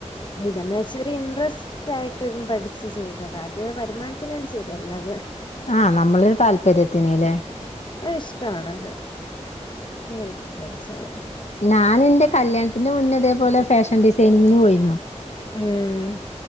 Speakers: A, on the left; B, on the left.
A: നിതാന്ന ച്ചല് ഒരു ഇൻട്രസ് റ്റായിട്ടിര്ന്ന് പഠിച്ച് ചെയ്തത അത് വരുമാൻത്തിന് ണ്ടി ചെയ്തെ എല്ലാ ത്
B: ആഹ് നമ്മളെ ര് താല്പര്യത്തിന് ലെ?
A: അ ഇഷ്ടണത് ഇങ്ങനെ തടിച്ചത്.
B: ഞാന് ന്റെ കല്യാൺത്തിന്റെ മുന്നേ ഇതേപോലെ ഫെഷൻ ഡിസൈനിങ്ങിന് പോയിരുന്നു.
A: മ്മം